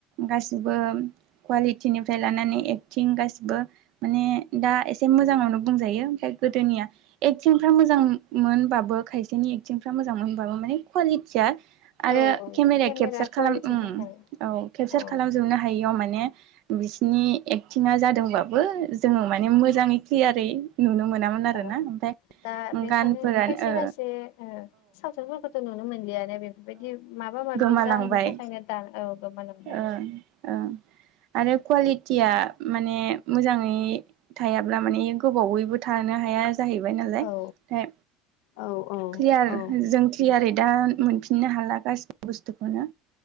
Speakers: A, on the right; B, on the left.
A: गासिबो कुवालिटिनिफ्राय लानानै एक्टिं गासिबो माने दा एसे मोजाङावनो बुंजायो ओमफ्राय गोदोनिया एक्टिंफ्रा मोजां मोनबाबो खायसेनि एक्टिंफ्रा मोजां मोनबाबो माने क्वालिटिया आरो
B: औ औ
A: केमेराया
B: केमेरा
A: केपचार खालाम
B: कुवालिटिनि
A: ओम
B: थाखाय
A: औ केपचार
B: औ
A: खालामजोबनो हायियाव माने बिसिनि एक्टिं जादोंबाबो जोङो माने मोजाङै क्लियारै नुनो मोनामोन आरोना
B: औ
A: ओमफ्राय
B: दा बेखायनो
A: गानफोरानो
B: खायसे खायसे ओ सावथुनफोरखौथ' नुनो मोनो लिया बेफोरबायदि माबा
A: गोमालांबाय
B: मि जाहैनि थाखायनो दा औ गोमा लांबाय।
A: ओं ओं आरो कुवालिटिया माने मोजाङै थायाब्ला माने गोबावैबो थानो हाया जाहैबाय नालाय
B: औ औ औ
A: क्लियार
B: औ
A: जों क्लियार दा मोनफिननो हाला गासिबो बुस्थुखौनो